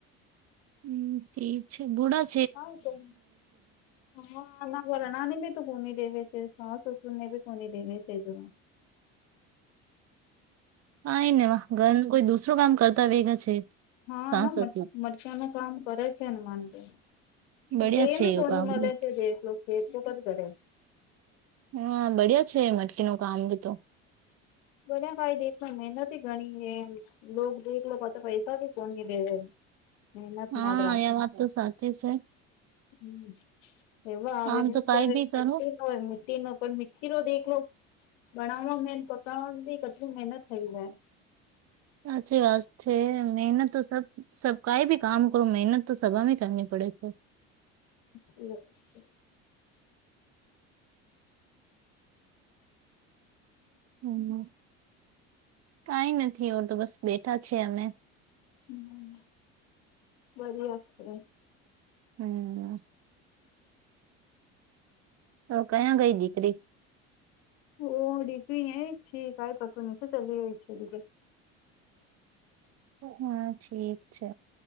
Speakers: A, on the right (about 50°); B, on the left (about 85°).
A: હમ ઠીક છે, થોડા.
B: હા સને. હા, ના વર્ણા ને બી તો ગૂની દેવે છે, સાસસુર ને બી ગુની દેવે છે જોવા.
A: કા ને ઘર કોઈ દુસરો કામ કરતા વેગા છે.
B: હા,
A: સાસ
B: ના
A: સસુર
B: મરચિયા ન કામ કરે છે ને, માનમાં.
A: બડિયા
B: તે
A: છે
B: મી
A: એવું
B: કોને
A: કામ
B: મલા
A: બી.
B: છે, જેે લો કે તું કત ઘે <unintelligible>
A: હા બડિયા છે, મટકીનું કામ બી તો.
B: બધ ફાઈ દે, એકમાં મહેનત ગણી છે એમ. લો દેખ લો, પતા પૈસા ભી કોન દેવે. મહેનત
A: હા,
B: નાદરા
A: એ વાત તો સાચી છે.
B: હમ, એવા આવેવા.
A: આમ તો કઈ બી કરો
B: હોય મીનો, કોઈ મીટી નો દેખ લો. બનાવામાં મેન પકડવાવામાં બી કેટલી મહેનત થઈ જાય.
A: સાચી વાત છે, મેહેનત તો સબ સબ કઈ ભી કામ કરો, મહેનત તો સભામાં કરની પડે છે.
B: એ.
A: હમ કઈ નથી, એ તો બસ બેઠા છે અમે.
B: હમ, બધા છે.
A: હમ. તો કયા ગઈ દીકરી?
B: ઓહ ડી એ શીકાય પત ની છે ચલી ગઈ છે દગ <unintelligible> હ.
A: હા ઠીક છે,